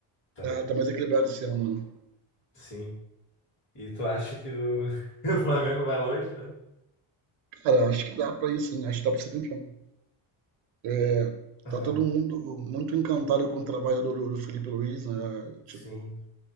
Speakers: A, on the left; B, on the right.
A: Parece.
B: Tá, tá mais equilibrado esse ano, né?
A: Sim. E tu acha que o, <laughs> o Flamengo vai longe, né?
B: Cara, acho que dá pra ir sim, acho que dá pra ser campeão. É,
A: Aham.
B: tá todo mundo muito encantado com o trabalho do, do Felipe Luiz, né?
A: Sim.
B: Tipo,